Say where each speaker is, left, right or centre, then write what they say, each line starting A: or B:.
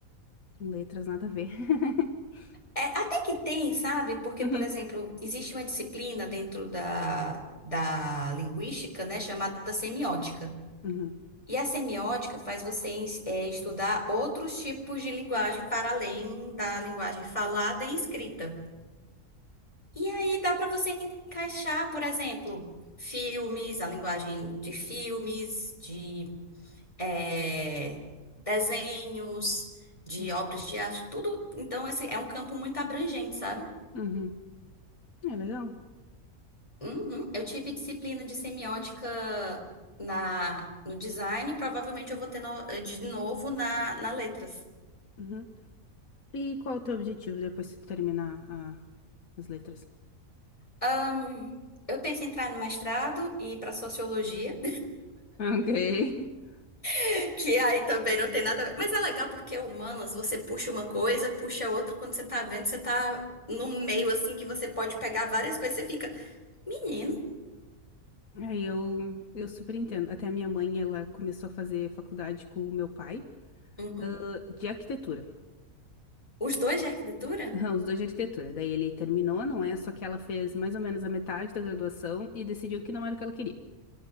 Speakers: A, on the left (about 80°); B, on the left (about 25°).
A: Letras, nada a ver. <laughs>
B: É, até que tem, sabe? Porque,
A: Uhum,
B: por exemplo, existe uma disciplina dentro da, da linguística, né, chamada semiótica.
A: uhum,
B: E a semiótica faz você ens- é, estudar outros tipos de linguagem para além da linguagem falada e escrita. E aí dá para você encaixar, por exemplo, filmes, a linguagem de filmes, de é, desenhos, de
A: uhum.
B: obras de arte, tudo. Então, esse é um campo muito abrangente, sabe?
A: uhum. É legal.
B: Uhum. Eu tive disciplina de semiótica na, no design, provavelmente eu vou ter no- de novo na, na letras.
A: Uhum. E qual o teu objetivo depois que tu terminar a- as letras?
B: Ahn, eu penso em entrar no mestrado e ir para sociologia,
A: Ok. <laughs>
B: <laughs> que aí também não tem nada a ver. Mas é legal porque é humanas, você puxa uma coisa, puxa outra, quando você tá vendo, você tá no meio assim que você pode pegar várias coisas, você fica, menino.
A: Aí eu, eu super entendo. Até a minha mãe, ela começou a fazer faculdade com o meu pai,
B: Uhum.
A: ah, de arquitetura.
B: Os dois de arquitetura?
A: <laughs> Aham, Os dois de arquitetura. Daí ele terminou, não é? Só que ela fez mais ou menos a metade da graduação e decidiu que não era o que ela queria.